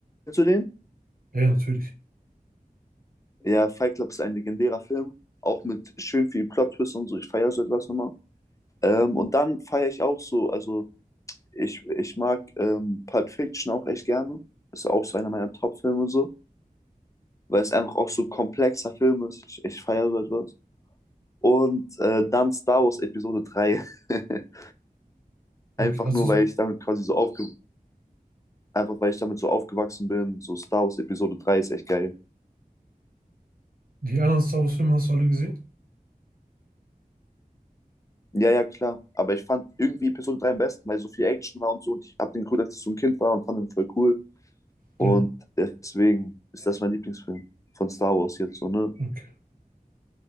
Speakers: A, on the left (about 20°); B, on the right (about 75°).
A: du den?
B: Ja, ja, natürlich.
A: Ja, Fight Club ist ein legendärer Film, auch mit schön viel Plot-Twist und so. Ich feiere so etwas nochmal. Ähm, und dann feiere ich auch so, also ich, ich mag ähm, Pulp Fiction auch echt gerne. Ist auch so einer meiner Top-Filme so, weil es einfach auch so komplexer Film ist. Ich, ich feiere so etwas. Und äh, dann Star Wars Episode 3. <laughs>
B: Okay,
A: Einfach
B: hast
A: nur,
B: du
A: weil ich damit quasi so aufge einfach weil ich damit so aufgewachsen bin. So Star Wars Episode 3 ist echt geil.
B: die anderen Star Wars Filme hast du alle gesehen?
A: Ja, ja, klar. Aber ich fand irgendwie Episode 3 am besten, weil so viel Action war und so. Und ich habe den geguckt, als ich so ein Kind war und fand den voll cool. Und
B: Ja,
A: deswegen ist das mein Lieblingsfilm von Star Wars jetzt so, ne?
B: okay.